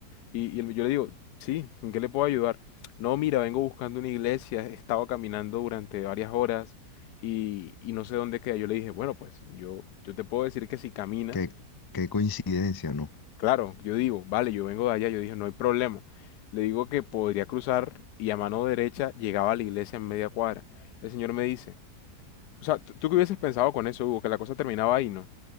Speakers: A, on the left; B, on the left.
A: Y, y él- yo le digo, sí, ¿en qué le puedo ayudar? No, mira, vengo buscando una iglesia, he estado caminando durante varias horas y, y no sé dónde queda. Yo le dije, bueno, pues yo, yo te puedo decir que si caminas,
B: qué, qué coincidencia, ¿no?
A: claro, yo digo, vale, yo vengo de allá, yo dije, no hay problema. Le digo que podría cruzar y a mano derecha llegaba a la iglesia en media cuadra. El señor me dice, o sea, ¿tú, tú qué hubieses pensado con eso, Hugo? Que la cosa terminaba ahí, ¿no?